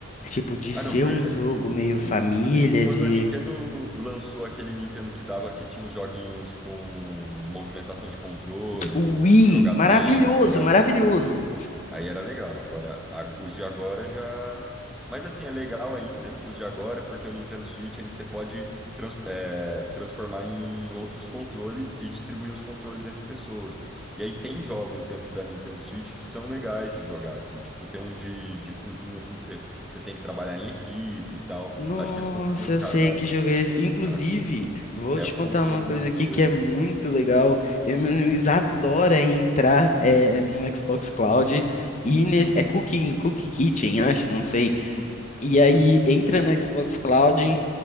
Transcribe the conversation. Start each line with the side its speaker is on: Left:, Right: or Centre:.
Left: Tipo, de
Centre: Ah,
Left: ser
Centre: não, per-
Left: um
Centre: é,
Left: jogo
Centre: sim,
Left: meio
Centre: sim.
Left: família,
Centre: Sim, quando
Left: de.
Centre: a Nintendo lançou aquele Nintendo que dava, que tinha os joguinhos com movimentação de controle,
Left: O Wii!
Centre: tipo, jogar
Left: Maravilhoso,
Centre: tênis, jogar
Left: maravilhoso!
Centre: não sei o quê. Aí era legal. Agora, a- os de agora já. Mas assim, é legal ainda que os de agora, porque o Nintendo Switch ainda você pode trans- é, transformar em outros controles e distribuir os controles entre pessoas. E aí tem jogos dentro da Nintendo Switch que são legais de jogar, assim. Tipo, tem um de, de cozinha, assim, que você, você tem que trabalhar em equipe e tal.
Left: Nossa,
Centre: Acho que eles conseguiram
Left: eu
Centre: casar
Left: sei que
Centre: bem,
Left: jogo é esse. Inclusive,
Centre: sabe?
Left: vou
Centre: É
Left: te
Centre: o
Left: contar
Centre: cookie
Left: uma
Centre: alguma
Left: coisa
Centre: coisa.
Left: aqui que é muito
Centre: né?
Left: legal. Eu, meus amigos adoram entrar eh, no Xbox Cloud e nesse.
Centre: Uhum.
Left: É Cooking, Cookie Kitchen, acho, não sei.
Centre: Isso,
Left: E
Centre: exato.
Left: aí entra no Xbox Cloud